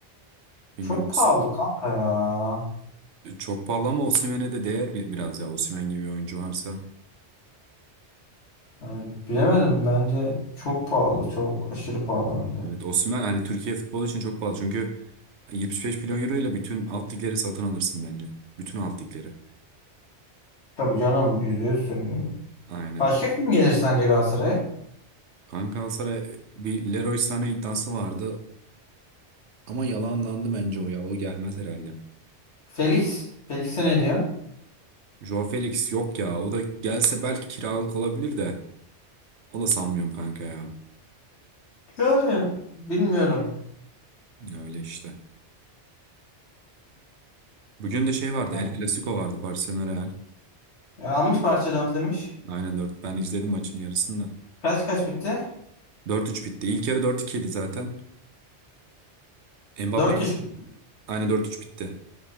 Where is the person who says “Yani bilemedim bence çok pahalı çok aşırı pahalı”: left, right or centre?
Left